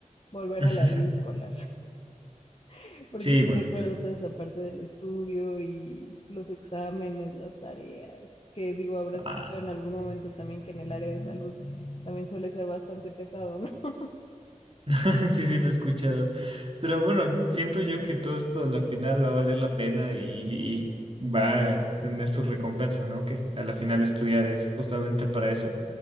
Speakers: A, on the left; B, on the right.
A: volver
B: <laughs>
A: a la vida escolar, <laughs> porque
B: Sí,
A: sí
B: bueno.
A: recuerdo toda esa parte del estudio y los exámenes, las tareas, que digo, habrás
B: ah,
A: escuchado en algún momento también que en el área de salud también suele ser bastante pesado, ¿no? <laughs>
B: <laughs> Sí, sí, lo he escuchado. Pero bueno, siento yo que todo esto a la final va a valer la pena y, y va a tener su recompensa, ¿no? Que a la final estudiar es justamente para eso.